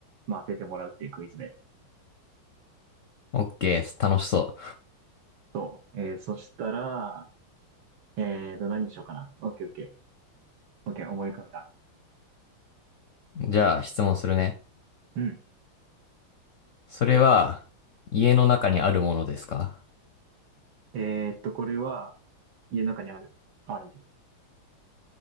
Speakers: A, on the right; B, on the left.
A: まあ、当ててもらうっていうクイズで。
B: オッケー、楽しそ
A: そう。えー、そしたら、えーと、何にしようかな。オッケーオッケー。オッケー、思い浮かべた。
B: う。じゃあ質問するね。
A: うん。
B: それは、家の中にあるものですか
A: えーっと、これは、家の中にある。あるね。